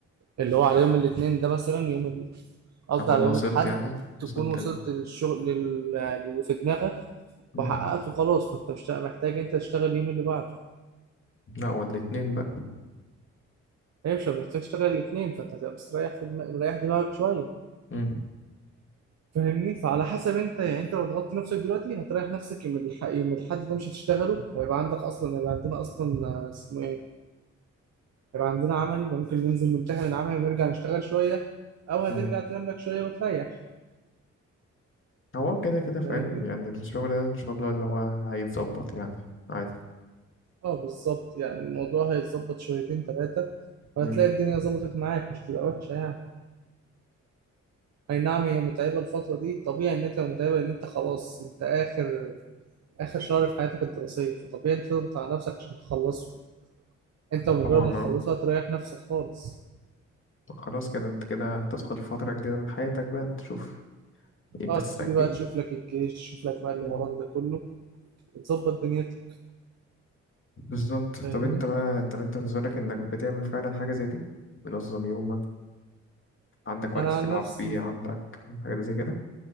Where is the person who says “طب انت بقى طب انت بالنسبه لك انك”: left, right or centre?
Left